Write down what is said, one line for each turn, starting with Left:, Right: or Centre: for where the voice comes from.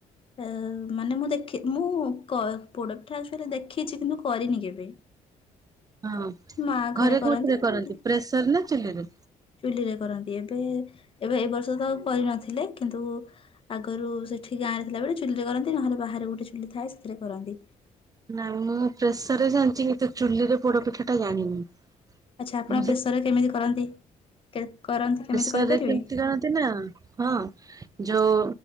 Left: <unintelligible> ମାନେ ମୁଁ ଦେଖି ମୁଁ ପୋଡପିଠା ଆକ୍ଚୁଆଲି ଦେଖିଛି କିନ୍ତୁ କରିନି କେବେ।
Right: ହଁ
Left: ମା
Right: ଘରେ କୋଉଥିରେ
Left: ମୁଁ
Right: କରନ୍ତି
Left: ଦେ
Right: ପ୍ରେସର୍ ରେ ନା ଚୁଲିରେ?
Left: ଚୁଲିରେ କରନ୍ତି ଏବେ ଏବେ ଏ ବର୍ଷ ତ ଆଉ କରିନଥିଲେ କିନ୍ତୁ ଆଗରୁ ସେଠି ଗାଁରେ ଥିଲାବେଳେ ଚୁଲିରେ କରନ୍ତି ନହେଲେ ବାହାରେ ଗୋଟେ ଚୁଲି ଥାଏ ସେଥିରେ କରନ୍ତି।
Right: ନାଇଁ ମୁଁ ପ୍ରେସର୍ ରେ ଜାଣିଛି କିନ୍ତୁ ଚୁଲିରେ ପୋଡ ପିଠାଟା ଜାଣିନି।
Left: ଆଚ୍ଛା ଆପଣ
Right: <unintelligible>
Left: ପ୍ରେସରରେ କେମିତି କରନ୍ତି? କେ କରନ୍ତି କେମିତି
Right: ପ୍ରେଶର୍
Left: କହିପାରିବେ?
Right: ରେ କେମତି କରନ୍ତି ନା? ହଁ ଯୋଉ